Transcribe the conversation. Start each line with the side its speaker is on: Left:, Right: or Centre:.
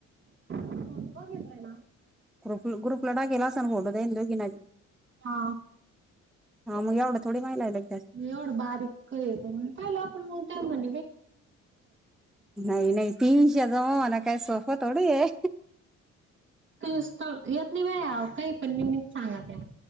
Right: फोटो बघितले ना.
Centre: ग्रुप ग्रुप लढाकेला असण कोडो ह दु घी नाहीदी
Right: हा
Centre: हा मग एवढं थोडी माहि लागल त्याच
Right: एवढं बारीक आहे पण म्हण पाहिलं आपण त्या म्ह
Centre: नाही नाही तीनशे जाऊ ना काय सोफ थोडी आहे
Right: त यात नाही बाया काही पण न ममी सांगा त्या